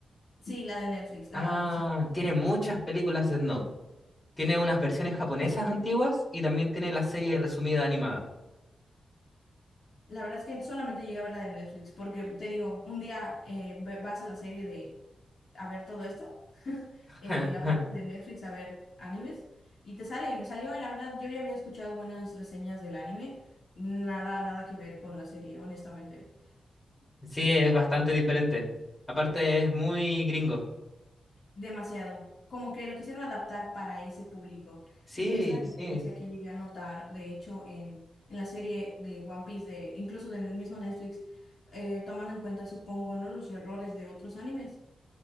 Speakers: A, on the left; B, on the left.
A: Sí, la de Netflix, la
B: Ah,
A: adaptación.
B: tiene muchas películas de Note. Tiene unas versiones japonesas antiguas y también tiene la serie resumida animada.
A: La verdad es que solamente llegué a ver la de Netflix, porque te digo, un día eh, ve- vas a la serie de a ver todo esto,
B: <laughs>
A: eh, la parte de Netflix a ver animes, y te sale, y me salió, y la verdad, yo ya había escuchado buenas reseñas del anime, nada, nada que ver con la serie, honestamente.
B: Sí, es bastante diferente. Aparte, es muy gringo.
A: Demasiado. Como que lo quisieron adaptar para ese público,
B: Sí,
A: y es la diferencia
B: sí.
A: que llegué a notar, de hecho, en, en la serie de One Piece, de, incluso del mismo Netflix, eh, tomando en cuenta, supongo, ¿no? los errores de otros animes